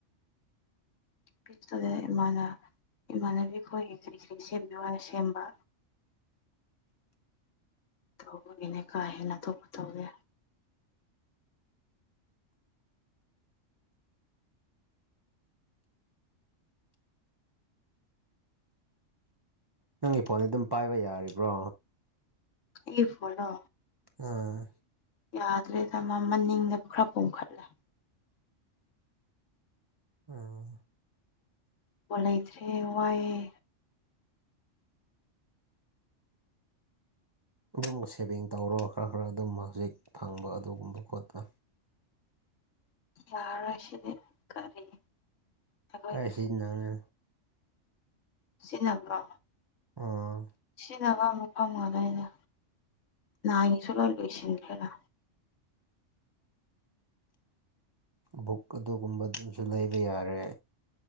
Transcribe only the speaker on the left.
ꯄꯤꯁꯇꯨꯗ ꯏꯃꯥꯅ ꯏꯃꯥꯟꯅꯕꯤ ꯑꯩꯈꯣꯏꯒꯤ ꯀꯔꯤ ꯀꯔꯤ ꯁꯦꯝꯕꯤꯌꯣ ꯍꯥꯏꯅ ꯁꯦꯝꯕ ꯇꯧꯕꯒꯤꯅꯦ ꯀꯥ ꯍꯦꯟꯅ ꯊꯣꯛꯄ ꯇꯧꯗꯦ
ꯌꯦ ꯐꯅꯣ
ꯌꯥꯗ꯭ꯔꯦꯗ ꯃ ꯃ ꯅꯤꯡꯗꯕ ꯈꯔ ꯀꯣꯝꯈꯠꯂꯦ
ꯄꯣ ꯂꯩꯇ꯭ꯔꯦ ꯋꯥꯏꯑꯦ
ꯌꯥꯔꯣꯏ ꯁꯤꯗꯤ ꯀꯔꯤ ꯑꯩꯈꯣꯏꯒꯤ
ꯁꯤꯟꯅꯕ꯭ꯔꯣ
ꯁꯤꯅꯕ ꯑꯃꯨꯛ ꯐꯝꯒꯗꯣꯏꯅꯤꯅꯦ ꯅꯥꯍꯒꯤꯁꯨ ꯂꯣꯏ ꯂꯣꯏꯁꯤꯟꯈ꯭ꯔꯦꯅ